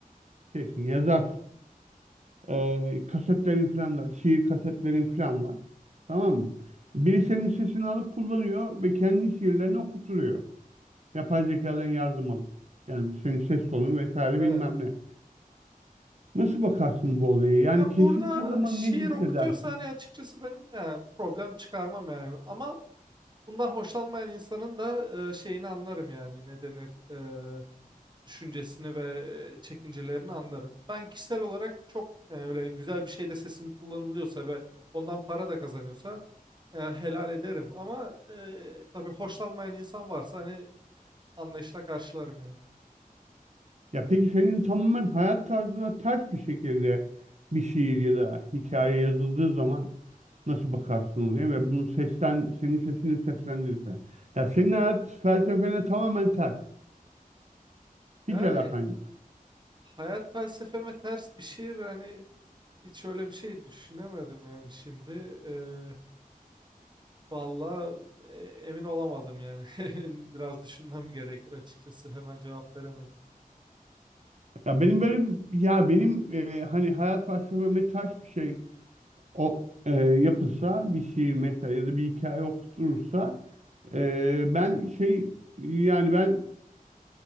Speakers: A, on the right (about 50°); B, on the right (about 30°).
A: şeysin, yazarsın. Ee, kasetlerin falan da, şiir kasetlerin falan var. Tamam mı? Biri senin sesini alıp kullanıyor ve kendi şiirlerini okutturuyor. Yapay zekadan yardım alıp. Yani senin ses tonun vesaire
B: Evet.
A: bilmem ne. Nasıl bakarsın bu olaya? Yani
B: Ya
A: keşfettiğin
B: burada
A: zaman
B: şiir
A: ne hissedersin?
B: okutuyorsa hani açıkçası benim yani problem çıkarmam yani. Ama bundan hoşlanmayan insanın da e, şeyini anlarım yani ne denir e, düşüncesini ve e, çekincelerini anlarım. Ben kişisel olarak çok e, öyle güzel bir şeyde sesim kullanılıyorsa ve ondan para da kazanıyorsa e, helal ederim. Ama e, tabii hoşlanmayan insan varsa hani anlayışla karşılarım yani.
A: Ya peki senin tamamen hayat tarzına ters bir şekilde bir şiir ya da hikaye yazıldığı zaman nasıl bakarsın diye ve bunu seslen, senin sesini seslendirirse. Ya senin hayat felsefene tamamen ters. Hiç
B: Yani
A: alakan yok.
B: hayat felsefeme ters bir şiir hani Hiç öyle bir şey düşünemedim yani şimdi. Eee valla e- emin olamadım yani. <laughs> Biraz düşünmem gerekir açıkçası. Hemen cevap veremedim.
A: Ya benim böyle ya benim e, hani hayat felsefeme ters bir şey o e, yapılsa bir şiir mesela ya da bir hikaye okutulursa e, ben şey yani ben